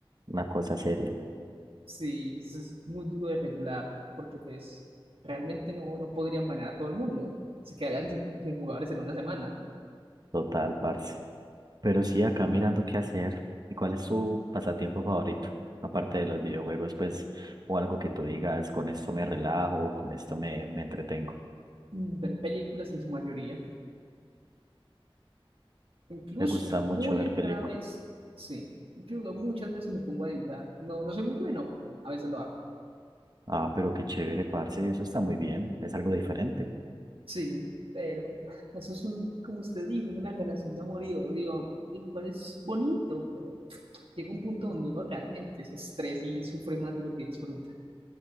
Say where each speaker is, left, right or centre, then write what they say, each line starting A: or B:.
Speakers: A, on the right (about 45°); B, on the right (about 70°).
A: una cosa seria,
B: sí, eso es muy duro de regular porque pues realmente no, no podrían banear a todo el mundo. Se quedarían sin sin jugadores en una semana.
A: total, parce. Pero sí, acá mirando qué hacer. ¿Y cuál es tu pasatiempo favorito? Aparte de los videojuegos, pues, o algo que tú digas, con esto me relajo, o con esto me, me entretengo.
B: mm, ver películas en su mayoría. Incluso
A: ¿Te gusta mucho
B: muy
A: ver
B: rara
A: películas?
B: vez, sí. Incluso muchas veces me pongo a dibujar. No, no soy muy bueno, pero a veces lo hago.
A: Ah, pero qué chévere, parce, eso está muy bien, es algo diferente.
B: Sí, pero <laughs> eso es un, como usted dijo, es una relación de amor y odio. Dibujar es bonito, pero <tsk> llega un punto donde uno realmente se estresa y sufre más de lo que disfruta.